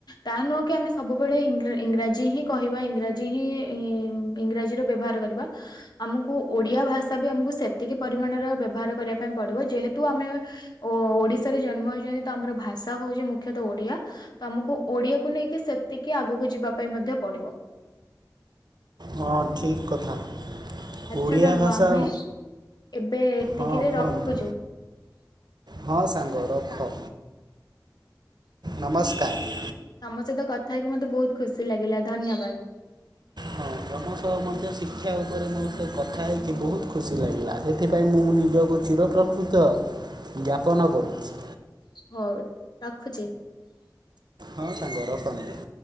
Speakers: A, on the left (about 65°); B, on the right (about 70°).
A: ତାହା ନୁହେଁ କି ଆମେ ସବୁବେଳେ ଇଂ-ଇଂରାଜୀ ହିଁ କହିବା ଇଂରାଜୀ ହିଁ ଇଂରାଜୀର ବ୍ୟବହାର କରିବା। ଆମକୁ ଓଡ଼ିଆ ଭାଷା ବି ଆମକୁ ସେତିକି ପରିମାଣର ବ୍ୟବହାର କରିବା ପାଇଁ ପଡ଼ିବ। ଯେହେତୁ ଆମେ ଓଡ଼ିଶାରେ ଜନ୍ମ ହେଇଛନ୍ତି। ତ ଆମର ଭାଷା ହଉଛି ମୁଖ୍ୟତଃ ଓଡ଼ିଆ। ତ ଆମକୁ ଓଡ଼ିଆକୁ ନେଇକି ସେତିକି ଆଗକୁ ଯିବା ପାଇଁ ମଧ୍ୟ ପଡ଼ିବ।
B: ହଁ ଠିକ କଥା।
A: ଆଛା
B: ଓଡ଼ିଆ
A: ସାଙ୍ଗ
B: ଭାଷା
A: ଆମେ ଏବେ ଏତିକିରେ
B: ହଁ କୁହନ୍ତୁ
A: ରଖୁଛୁ।
B: ହଁ ସାଙ୍ଗ ରଖ। ନମସ୍କ କାର
A: ତମ ସହିତ କଥା ହେଇକି ମତେ ବହୁତ ଖୁସି ଲାଗିଲା ଧନ୍ୟବାଦ।
B: ହଁ ତମ ସହ ମଧ୍ୟ ଶିକ୍ଷା ଉପରେ ମୋସ୍ତେ କଥା ହେଇକି ବହୁତ ଖୁସି ଲାଗିଲା। ସେଥିପାଇଁ ମୁଁ ମୁଁ ନିଜକୁ ଚିର ପ୍ର କୃତ ଜ୍ଞାପନ କରୁଛି।
A: ହଉ ରଖୁଛି।
B: ହଁ ସାଙ୍ଗ। ରଖନ୍ତୁ।